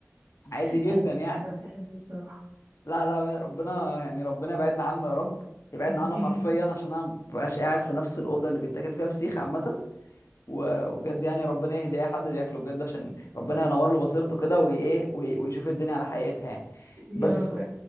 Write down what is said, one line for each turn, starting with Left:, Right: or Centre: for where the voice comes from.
Left: عادي جدا
Right: لا ده حلو
Left: يعني
Right: جدا أنا بحبه بصراحة
Left: لا لا ربنا يعني ربنا يبعدنا عنه يا رب يبعدنا
Right: <laughs>
Left: عنه حرفيا عشان انا ما ببقاش قاعد في نفس الأوضة اللي بيتاكل فيها فسيخ عامة و- وبجد يعني ربنا يهدي اي حد بياكله بجد عشان ربنا ينور له بصيرته كده وايه وي- ويشوف الدنيا على حقيقتها يعني
Right: يا
Left: بس
Right: رب